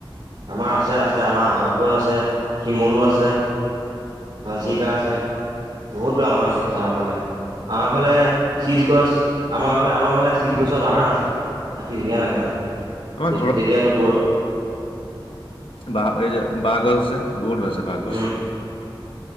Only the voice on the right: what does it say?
আমাৰ আছে আছে আমাৰ আহঁঁতগছ আছে, শিমলো আছে। হঞ্চিকা
আছে বহুত ডাঙৰ ডাঙৰ গছ আছে আমাৰ ফালে। আমাৰ ফালে শীচ গছ। আমাৰ ফালে আমাৰ ফালে শীচ গছৰ বাগান আছে। কি ধুনীয়া লাগে তাত।
যেতিয়াতো ব -
উম